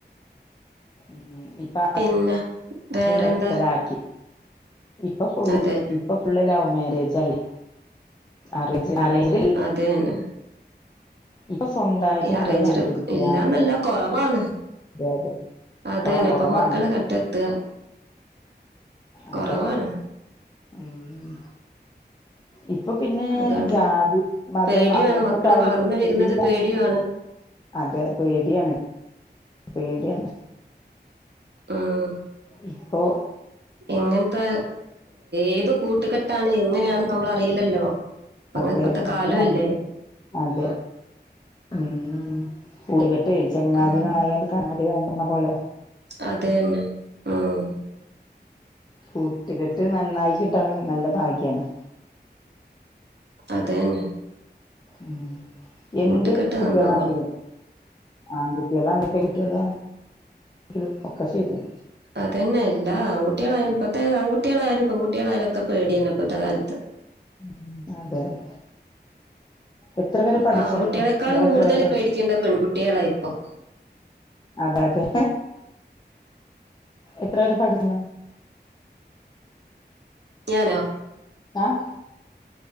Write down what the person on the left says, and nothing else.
മു മു ഉം <unintelligible>
അത്
നിർത്തലാക്കി ഇപ്പ ഫുള്ള്
ഇപ്പ ഫുൾ ലവ്മാരേജ് ആല്ലേ അറേഞ്ച് അറേഞ്ച്
ഇപ്പൊ സ്വന്തമായിട്ട്
മക്കള്
കണ്ടുപിടിക്കുക
അതെ
അതെ
കുറവാണ്
കുറവാണ്
അതെ ഉം ഇപ്പൊ പിന്നെ
ജാതി മതം
അങ്ങനത്തെ
കാര്യങ്ങൾ
എല്ലാം
അതെ പേടിയാണ് പേടിയാണ്
ഇപ്പോ
അതെ
എല്ലാം
അറിയില്ല
അതെ ഉം കൂട്ടുകെട്ടെ ചെങ്ങാതികാളായാൽ
കണ്ണാടി വേണ്ടന്ന പോലെ
കൂട്ടുകെട്ട് നന്നായി കിട്ടണെങ്കി നല്ല ഭാഗ്യാണ്
ഉം
എന്ത് കുട്ടികളാണെങ്കിലും
ആൺകുട്ടികളാണെ പെൺകുട്ടികളാണെങ്കിലും ഒകെ ശരിയാ
ഉം അതെ അതെ എത്ര വരെ
പഠിച്ചണോ
നിങ്ങള് എത്ര
വരെ പഠിച്ച്
അതെ അതെ എത്ര വരെ പഠിച്ച്ണു
ആഹ്